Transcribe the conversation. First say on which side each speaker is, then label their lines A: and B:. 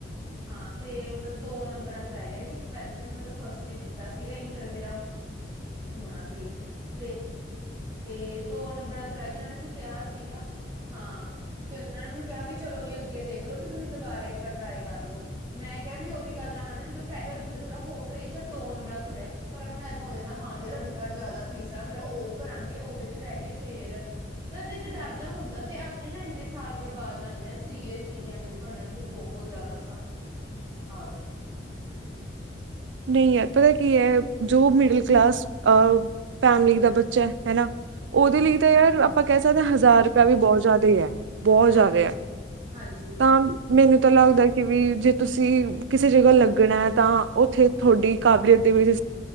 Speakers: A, on the right (about 20°); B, on the right (about 75°).
A: ਹਾਂ ਤੇ ਮਤਲਬ, ਦੋ ਨੰਬਰਾਂ ਤੋਂ ਰਹਿ ਗਿਆ ਸੀ। ਪਹਿਲਾਂ ਤਾਂ ਮੈਂ ਮਤਲਬ ਫਸਟ ਚ ਦਿੱਤਾ ਸੀਗਾ। ਇੰਟਰ ਮੇਰਾ ਹੋਣਾ ਸੀਗਾ। ਤੇ ਤੇ, ਦੋ ਨੰਬਰਾਂ ਤੋਂ ਰਹਿ ਗਿਆ ਉਹਨਾਂ ਨੇ ਮੈ ਕਿਹਾ ਸੀਗਾ ਹਾਂ। ਤੇ ਉਹਨਾਂ ਨੇ ਮੈਨੂੰ ਕਿਹਾ, ਵੀ ਚਲੋ ਵੀ ਅੱਗੇ ਦੇਖਲੋ ਵੀ, ਤੁਸੀਂ ਦੁਬਾਰਾ ਇੱਕ ਟਰਾਈ ਕਰ ਲੋ ਮੈਂ ਕਿਹਾ ਵੀ, ਉਹੀ ਗੱਲ ਆ ਹਨਾ ਜਦੋਂ ਪਹਿਲੀ ਵਾਰ, ਬੰਦਾ ਥੋੜ੍ਹਾ ਹ ਸੇਸ਼ ਕ ਰੋਨ ਨੰਬਰਾਂਰਿਹਾ ਪਰ ਆਪਾਂ ਨੂੰ, ਇਏਦਾਂ ਹੋ ਜਾਂਦਾ ਹਾਂ, ਯਾਰ ਅਗਲੀ ਵਾਰ ਜ਼ਿਆਦਾ ਫੀਸ ਆ, ਅਗ ਉਹ ਭਰਾਂ ਗੇ, ਉਹਦੇ ਚ ਰਹਿ ਗਏ ਫੇਰ, ਮ ਤੇ ਇੱਕ ਡਰ ਜ ਹੁੰਦਾ, ਤੇ ਆਪਣੇ ਨਾ ਇੰਨੇ ਸਾਲ ਬਰਬਾਦ ਜਾਂਦੇ ਆ, ਸੀ ਏ, ਸੀ ਐਮ ਏ, ਬਣਨ ਚ ਬਹੁਤ ਜ਼ਿਆਦਾ ਹਾਲ
B: ਨਹੀਂ ਯਾਰ, ਪਤਾ ਕੀ ਹੈ, ਜੋ ਮਿਡਲ ਕਲਾਸ ਅ ਫੈਮਲੀ ਦਾ
A: ਹਾਂਜੀ
B: ਬੱਚਾ, ਹਨਾ ਉਹਦੇ ਲਈ ਤਾਂ ਯਾਰ
A: ਹਾਂਜੀ ਹਾਂਜੀ
B: ਆਪਾਂ ਕਹਿ ਹਜ਼ਾਰ ਰੁਪਇਆ, ਵੀ ਬਹੁਤ ਜ਼ਿਆਦਾ- ਹੈ ਬਹੁਤ
A: ਹਾਂਜੀ
B: ਜ਼ਿਆਦਾ ਹੈ
A: ਹਾਂਜੀ
B: ਤਾਂ ਮੈਨੂੰ ਤਾਂ ਲੱਗਦਾ ਕਿ ਵੀ, ਜੇ ਤੁਸੀਂ ਕਿਸੇ ਜਗ੍ਹਾ ਲੱਗਣਾ, ਹੈ ਤਾਂ ਉੱਥੇ ਤੁਹਾਡੀ ਕਾਬਲੀਅਤ, ਦੇ ਵਿੱਚ